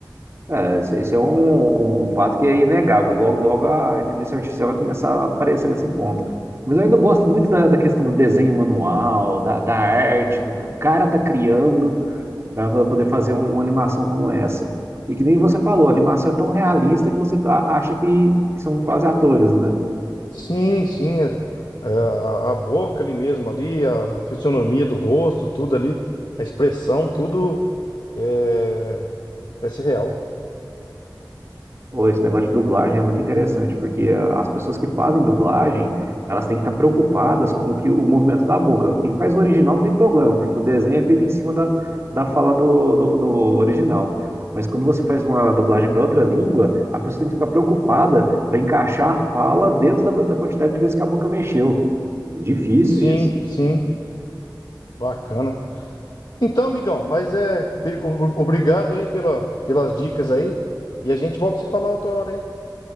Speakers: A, on the right (about 40°); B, on the left (about 70°).
A: É, esse, esse é um, um- um fato que é inegável. Logo, logo a inteligência artificial vai começar a aparecer nesse ponto. Mas eu ainda gosto muito da, da questão do desenho manual, da, da arte, do que o cara tá criando para poder fazer um- uma animação como essa. E que nem você falou, a animação é tão realista que você a- acha que são quase atores, né?
B: Sim, sim, é- é, a, a boca ali mesmo ali, a, a fisionomia do rosto, tudo ali, a expressão, tudo é, parece real.
A: Ou esse negócio de dublagem é muito interessante, porque ah, as pessoas que fazem dublagem, elas têm que estar preocupadas com o que, o movimento da boca. Quem faz o original não tem problema, porque o desenho é feito em cima da, da fala do, do, do original. Mas quando você faz uma dublagem para outra língua, a pessoa tem que ficar preocupada para encaixar a fala dentro da, da quantidade de vezes que a boca mexeu. É difícil
B: Sim,
A: isso.
B: sim, bacana. Então, amigão, mas é, per- o- o- obrigado aí pela, pelas dicas aí, e a gente volta a se falar outra hora aí.